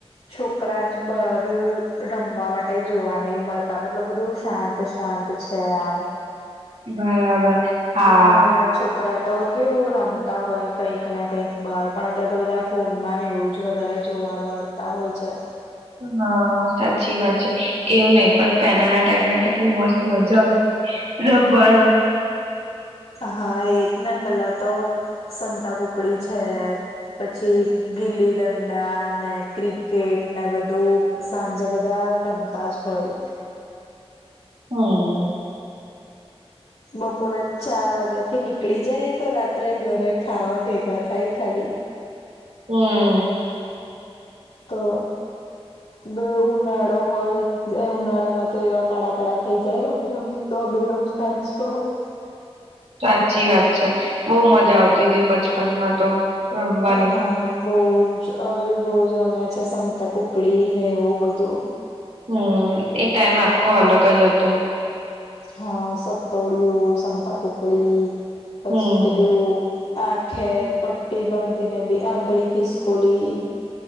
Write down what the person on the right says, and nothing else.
બરાબર હા
હા સાચી વાત છે એવું નહ પણ પહેલાના ટાઈમમાં કેટલું મસ્ત મજા આવતી રવાર
હમ
હમ.
સાચી વાત છે બહુ મજા આવ જેદી બચપન માં તો રમવાની
હમ એ ટાઈમ આખો અલગ જ હતો.
હમ